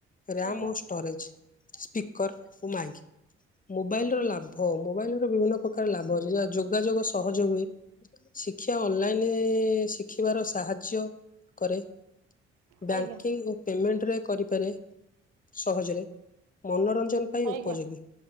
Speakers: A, on the left (about 25°); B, on the right (about 75°).
A: RAM
B: ଆଜ୍ଞା।
A: ଓ ଷ୍ଟୋରେଜ୍ ସ୍ପିକର ଓ ମାଇକ୍ ମୋବାଇଲ୍ ର ଲା ଭ ମୋବାଇଲ୍ ର ବିଭିନ୍ନ ପ୍ରକାର ଲାଭ ଅଛି ଯ ଯୋଗାଯୋଗ ସହଜ ହୁଏ ଶିକ୍ଷ୍ୟା ଅନ୍ ଲାଇନ୍ ଶିଖିବାର ସାହାଯ୍ୟ କରେ ବ୍ୟାଙ୍କିଙ୍ଗ୍
B: ଆଜ୍ଞା
A: ଓ ପେମେଣ୍ଟେରେ କରିପାରେ ସହଜରେ ମନୋରଞ୍ଜନ ପାଇଁ
B: ଆଜ୍ଞା
A: ଉପଯୋଗୀ।